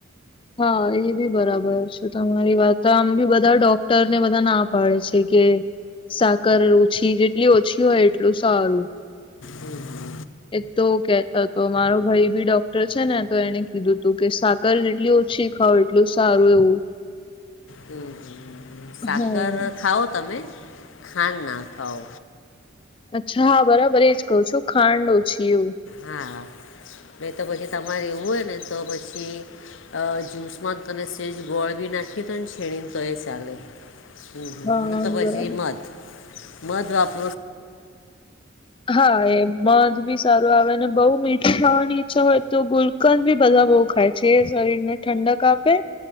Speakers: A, on the left; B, on the left.
A: હા એ બી બરાબર છે. તમારી વાત તો આમ બી બધા ડોક્ટર ને બધા ના પાડે છે કે સાકર ઓછી જેટલી ઓછી હોય એટલું સારું.
B: હમ્મ.
A: એ તો કેતા હતો મારો ભાઈ બી ડોક્ટર છે ને તો એને કીધું તું કે સા કલ જેટલી ઓછી ખાવ એટલુ સારુ એવુ.
B: હમ્મ, સાકર
A: હમ
B: ખાઓ તમે ખાંડ ના ખાઓ.
A: અચ્છા હા બરાબર, એજ કહુ છું ખાંડ ઓછી એવુ.
B: હા, નઈ તો પછી તમારે એવું હોય ને તો પછી અ જ્યૂસમાં તને સેજ ગોળ બી નાખી દો ને છીણીને તો એ સાલે. અં
A: હા
B: તો પછી
A: બરાબર
B: મધ મધ વાપર
A: હા એ મધ બી સારું આવે અને બહુ મીઠું ખાવાની ઈચ્છા હોય તો ગુલકંદ બી બધા બઉ ખાય છે શરીરને ઠંડક આપે